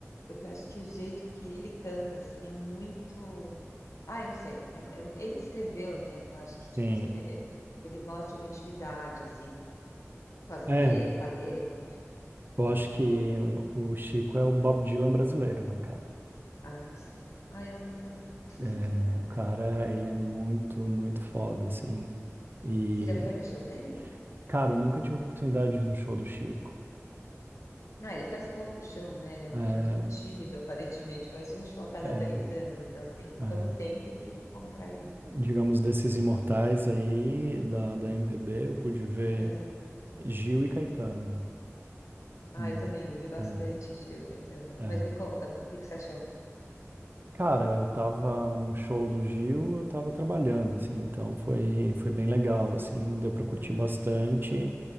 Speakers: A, on the left; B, on the right.
A: Porque eu acho que o jeito que ele canta, assim, é muito. Ah, eu não sei. É- é- ele que escreveu, né? Então, eu acho que, tipo,
B: Sim.
A: você tem- ele mostra uma intimidade, assim, com as
B: É,
A: le... com a letra, enfim.
B: eu acho que o o Chico é o Bob Dylan brasileiro, né, cara?
A: Ai, sim. Ai, eu amo tanto. <laughs>
B: É, o cara, ele é muito, muito foda, assim. E,
A: Você já foi no show dele?
B: cara, eu nunca tive oportunidade de ir no show do Chico.
A: Ah, ele faz pouco show, né? Ele é muito
B: É,
A: tímido, <laughs> aparentemente. Faz um show a cada
B: é,
A: 10 anos. Então, tem,
B: é.
A: quando tem, tem que comprar aí.
B: Digamos, desses imortais aí da, da MPB, eu pude ver
A: Aham.
B: Gil e Caetano.
A: Ah,
B: Não,
A: eu também vi bastante
B: é,
A: Gil e Caetano.
B: é.
A: Mas me conta, o que que você achou?
B: Cara, eu tava no show do Gil, eu tava trabalhando, assim, então foi, foi bem legal, assim, deu pra curtir
A: Uhum.
B: bastante,